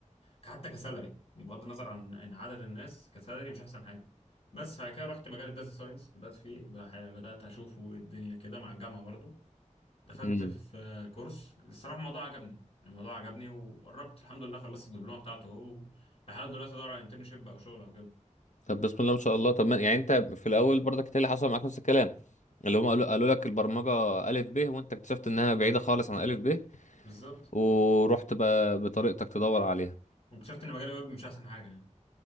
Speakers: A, on the left (about 50°); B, on the left (about 70°).
A: ك- حتى كسالري بغض النظر عن عن عدد الناس كسالري مش احسن حاجه بس بعد كده رحت مجال الداتا ساينس بدات فيه بح- بدات اشوفه إيه الدنيا كده مع الجامعه برضو دخلت
B: امم
A: في آه، كورس الصراحه الموضوع عجبني الموضوع عجبني وقربت الحمد لله خلصت الدبلومه بتاعته اهو بحاول دلوقتي ادور على انترنشيب او شغل او كده
B: طب بسم الله ما شاء الله طب ما يعني انت في الاول برضك إنت اللي حصل معاك نفس الكلام اللي هم قالوا قالوا لك البرمجه الف ب وانت اكتشفت انها بعيده خالص عن الف ب
A: بالظبط
B: ورحت بقى بطريقتك تدور عليها
A: واكتشفت ان مجال الويب مش احسن حاجه يعني